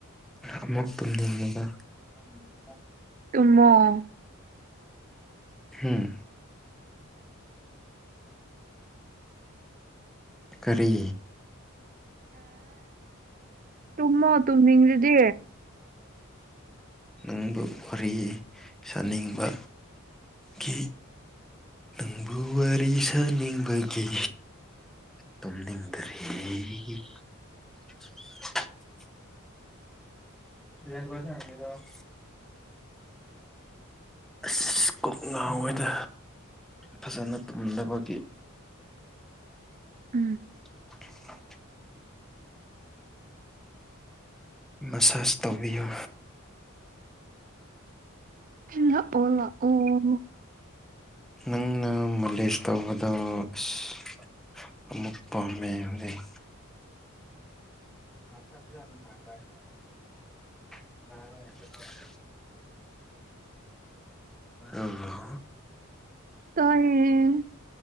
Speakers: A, in the centre; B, on the right.
A: ꯑꯃꯨꯛ ꯇꯨꯝꯅꯤꯡꯉꯦꯗ꯫ ꯎꯝ꯫
B: ꯇꯨꯝꯃꫭ
A: ꯍꯨꯝ ꯀꯔꯤ
B: ꯇꯨꯝꯃꯣ ꯇꯨꯝꯅꯤꯡ ꯑꯗꯤ
A: ꯅꯪꯕꯨ ꯋꯥꯔꯤ ꯁꯥꯅꯤꯡꯕ ꯒꯤ ꯅꯪꯕꯨ ꯋꯥꯔꯤ ꯁꯥꯅꯤꯡꯕꯒꯤ ꯇꯨꯝꯅꯤꯡꯗꯔ ꯍꯦ <inaudible> UNINTELLIGIBLE ꯑꯁ ꯀꯣꯛꯅꯥꯥꯎꯣꯏꯗ ꯐꯖꯅ ꯇꯨꯝꯗꯕꯒꯤ꯫
B: ꯎꯝ꯫
A: <inaudible> ꯃꯁꯥꯁ ꯇꯧꯕꯤꯌꯨ꯫
B: ꯂꯥꯛꯎ ꯂꯥꯛꯎ ꯑꯃꯨꯛ꯫
A: ꯅꯪꯅ ꯃꯥꯂꯦꯁ ꯇꯧꯕꯗꯣ ꯏꯁ꯫ ꯑꯃꯨꯛ ꯄꯥꯝꯃꯦ ꯍꯧꯖꯤꯛ꯫ <inaudible> ꯑꯥ꯫
B: ꯇꯥꯏꯌꯦ